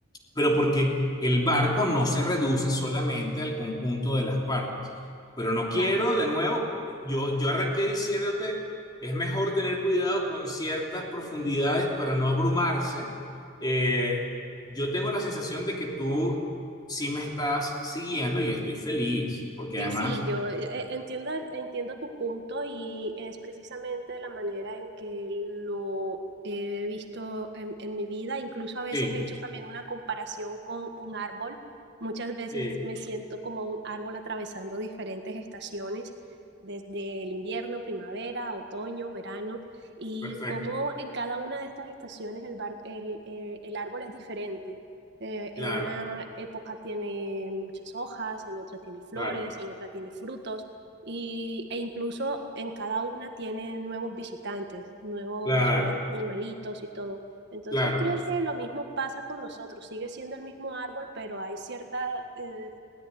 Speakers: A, on the left; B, on the right.
A: pero porque el barco no se reduce solamente al conjunto de las partes. Pero no quiero,
B: claro.
A: de nuevo, yo, yo arranqué diciéndote, es mejor tener cuidado con ciertas profundidades para no abrumarse. Eh, yo tengo la sensación de que tú sí me estás siguiendo y estoy feliz, porque
B: Sí,
A: además,
B: sí, yo eh, eh, entiendo, entiendo tu punto y es precisamente la manera en que lo he visto en, en mi vida. Incluso a veces
A: sí,
B: he hecho también una comparación con un árbol. Muchas veces
A: sí,
B: me siento como un árbol atravesando diferentes estaciones, desde el invierno, primavera, otoño, verano, y
A: perfecto,
B: cómo en cada una de estas estaciones el, bar- el, eh, el árbol es diferente. Eh,
A: claro,
B: en una época tiene muchas hojas, en otra tiene flores,
A: claro,
B: en otra tiene frutos y, e incluso en cada una tiene nuevos visitantes, nuevos
A: claro,
B: animalitos y todo. Entonces
A: claro,
B: creo que lo mismo pasa con nosotros, sigue siendo el mismo árbol, pero hay cierta, eh,